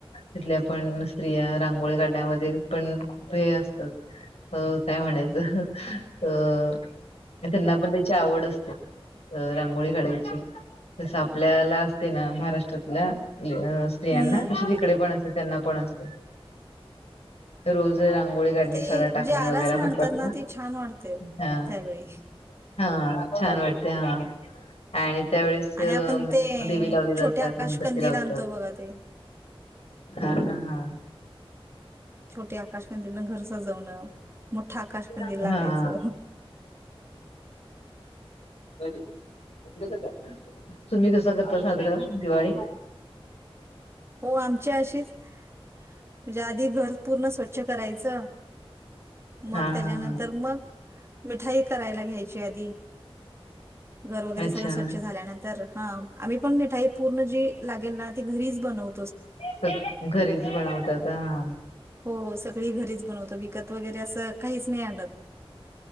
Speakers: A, on the left; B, on the right.
A: तिथल्या पण स्त्रिया रांगोळी काढण्यामध्ये पण खूप हे असतात हो काय म्हणायचं अ तर त्यांना पण त्याची आवड असते रांगोळी काढायची तसं आपल्याला असते ना महाराष्ट्रातल्या स्त्रियांना
B: हम्म
A: तशी तिकडे पण असते त्यांना पण असते रोज रांगोळळी काढणे
B: ते
A: सडा टाकणे
B: जे आरास
A: वगैरे
B: मांडतात
A: म्हणतात
B: ना ते छान वाटते
A: ना
B: त्यावेळी
A: हा हा छान वाटते हा आणि त्यावेेळेस दिवे
B: आणि आपण ते
A: लावली जातात.
B: छोटे आकाश
A: मेणबत्ती
B: कंदील
A: लावतात.
B: आणतो बघा ते
A: हा हा हा.
B: छोटे आ आकाशकंदीलन घर सजवणं मोठं आकाशकंदील
A: हा
B: लावायचं.
A: हा बरं. तुम्ही कसं करता साजरा दिवाळी.
B: हो आमच्या अशीच म्हणजे आधी घर पूर्ण स्वच्छ करायचं. मग
A: हा
B: त्याच्यानंतर
A: हा हा
B: मग मिठाई करायला घ्यायची आधी घर वगैरे
A: अच्छा.
B: सगळं स्वच्छ झाल्यानंतर हा आम्ही पण मीठ ई पूर्ण जी लागेल ना ती घरीच बनव
A: सगळ घरीच बनवतात हा.
B: हो हो सगळी घरीच बनवतो विकत वगैरे असं काहीच नाही आणत.